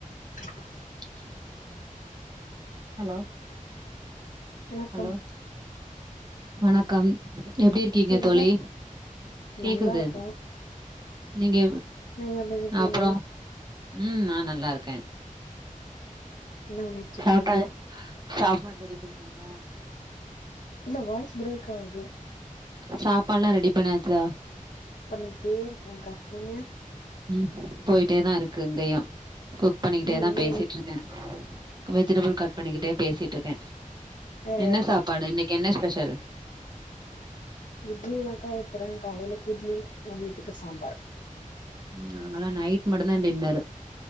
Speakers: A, on the left; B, on the right.
A: <inaudible>
B: <unintelligible> hello
A: வணக்கம்
B: Hello வணக்கம் எப்படி இருக்கீங்க
A: கேக்குதா
B: தோழி கேக்குது
A: நல்லா இருக்கோ
B: நீங்க
A: நீங்க எப்டி இருக்கீங்க
B: அப்பறோ ம் நா நல்லா இருக்கே
A: என்ன பண்ணிட்டு இருக்கீங்க
B: சாப்பிட்டா சாப்பாடு ரெடி பண்னிட்டீங்களா
A: இல்ல வாய்ஸ் பிரேக் ஆகுது
B: சாப்பாடு எல்லா ரெடி பண்ணியாச்சா
A: பண்ணிட்டே இருக்கேக்கா நீங்க
B: ம் போயிட்டே தா இருக்கு இங்கையு குக் பண்ணிக்கிட்டே
A: ம்
B: தா பேசிட்டு
A: ம்
B: இருக்கே வெஜிடபிள் கட் பண்ணிக்கிட்டே பேசிட்டு இருக்கே
A: ஆ
B: என்ன சாப்பாடு இன்னைக்கு என்ன ஸ்பெஷல்
A: இட்லி தானக்கா ஊத்துறே காலையிலக்கு இட்லி மதியத்துக்கு சாம்பார்
B: நாங்கெல்லா நைட் மட்டுதா டின்னர்ரு